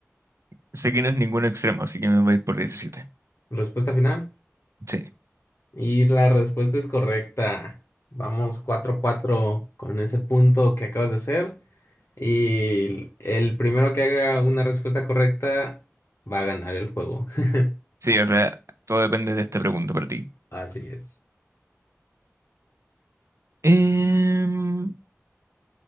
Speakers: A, on the right; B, on the left.
A: Sé que no es ningún extremo, así que me voy a ir por diecisiete
B: Respuesta final.
A: Sí.
B: Y la respuesta es correcta. Vamos cuatro cuatro con ese punto que acabas de hacer. Y el primero que haga una respuesta correcta va a ganar el juego. <laughs>
A: Sí, o sea, todo depende de esta pregunta para ti.
B: Así es.
A: Em,